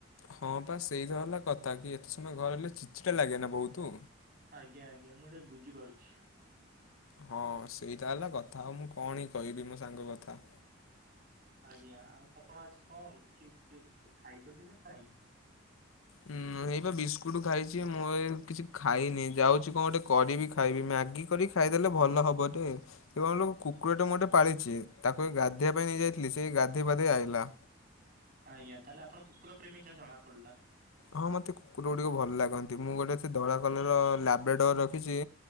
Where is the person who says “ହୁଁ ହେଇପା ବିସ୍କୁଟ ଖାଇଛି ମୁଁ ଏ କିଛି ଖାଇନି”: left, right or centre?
Left